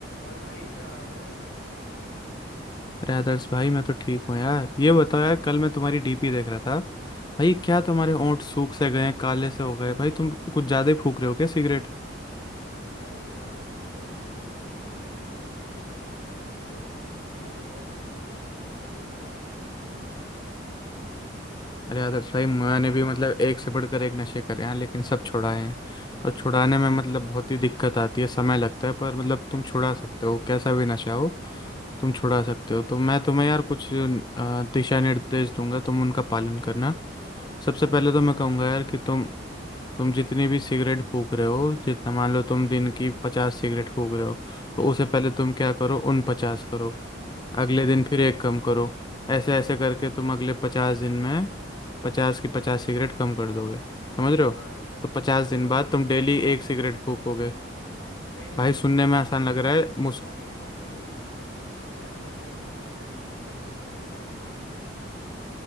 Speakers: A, on the left; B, on the left.
A: और भाई क्या हाल है
B: अरे आदर्श भाई मैं तो ठीक हूँ यार ये बताओ यार कल मैं तुम्हारी डीपी देख रहा था भाई क्या तुम्हारे होंठ सूख से गए हैं काले से हो गए भाई तुम कुछ ज्यादा ही फूक रहे हो क्या सिगरेट
A: अरे यार तुमने तो मेरी सच्चाई पकड़ ली भाई ये बताओ तुम्हें मतलब ये बताओ कि मैं कैसे छोड़ूं यार वही बात करनी थी तुमसे
B: अरे यार सही मैंने भी मतलब एक से बढ़कर एक नशे करे हैं लेकिन सब छुड़ाए हैं और छुड़ाने में मतलब बहुत ही दिक्कत आती है समय लगता है पर मतलब तुम छुड़ा सकते हो कैसा भी नशा हो तुम छुड़ा सकते हो तो मैं तुम्हें यार कुछ अ, दिशा निर्देश दूंगा तुम उनका पालन करना सबसे
A: हाँ
B: पहले
A: हाँ बताओ
B: तो मैं कहूंगा
A: यार
B: यार कि तुम तुम जितनी भी सिगरेट फूक रहे हो जितना मान लो तुम दिन की पचास सिगरेट फूक रहे हो तो उसे
A: हम्म
B: पहले
A: हम्म।
B: तुम क्या करो उन पचास करो अगले दिन फिर एक कम करो ऐसे ऐसे करके तुम अगले पचास दिन में पचास की पचास सिगरेट कम कर दोगे समझ रहे हो
A: हाँ यार
B: तो
A: ये
B: पचास
A: तो तुमने
B: दिन
A: काफी
B: बाद
A: अच्छी
B: तुम डेली
A: बात बताई
B: एक सिगरेट
A: भाई
B: फूकोगे
A: नहीं नहीं नहीं,
B: भाई
A: नहीं
B: सुनने
A: पचास
B: में आसान
A: दिन बाद
B: लग रहा है मुस
A: पचास दिन बाद मैं डेली एक सिगरेट नहीं फूकूंगा यार अब मैं एकदम बंद करूंगा पचास दिन बाद ये बात मानो तुम मेरी